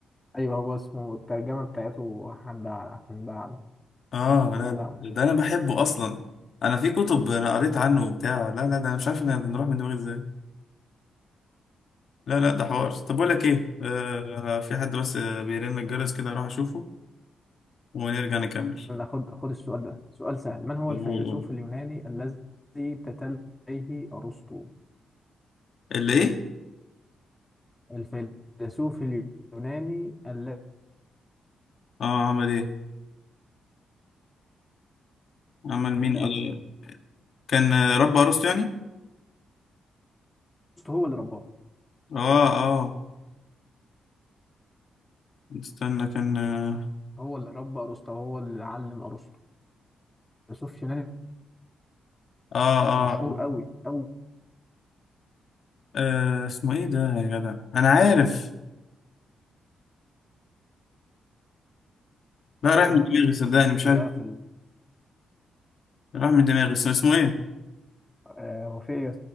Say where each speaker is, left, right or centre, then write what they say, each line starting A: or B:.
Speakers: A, on the left; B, on the left.
A: ايوه هو اسمه الترجمة بتاعته حنبع حنبع
B: اه
A: حنبع
B: لا لا، ده انا بحبه اصلا انا في كتب انا قريت عنه وبتاع لا لا ده انا مش عارف ان نروح من دماغي ازاي لا لا ده حوار طب بقول لك ايه آه في حد بس آه، بيرن الجرس كده اروح اشوفه ونرجع نكمل
A: ناخد خد السؤال ده سؤال سهل من هو
B: قول
A: الفيلسوف
B: قول.
A: اليوناني الذي تتلى عليه أرسطو
B: اللي ايه
A: الفيلسوف اليوناني الذي
B: اه عمل ايه عمل مين
A: بتاعه
B: قال كان آه، رب عروسته يعني
A: أرسطو هو اللي رباه
B: اه اه استنى كان اه
A: هو اللي ربى أرسطو هو اللي علم أرسطو فيلسوف يوناني
B: اه اه,
A: مشهور قوي قوي
B: آه اسمه ايه ده يا جدع انا عارف لا راح
A: كده
B: من
A: مالكش
B: دماغي صدقني مش عارف
A: بقى في ال-
B: راح من دماغي اسمه اسمه ايه
A: آه، وفي